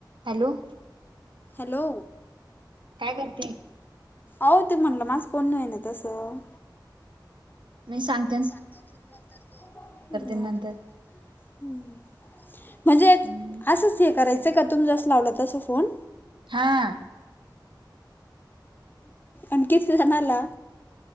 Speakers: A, on the right; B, on the left.
A: Hello.
B: Hello.
A: काय करते?
B: अहो त्यो म्हनला माज कोण नाही तसं
A: मी सांग
B: <unintelligible>
A: नंतर
B: म्हणजे
A: हम्म
B: असच हे करायचं का तुमी जस लावलं तस फोन
A: हा.
B: आणखीच जणाला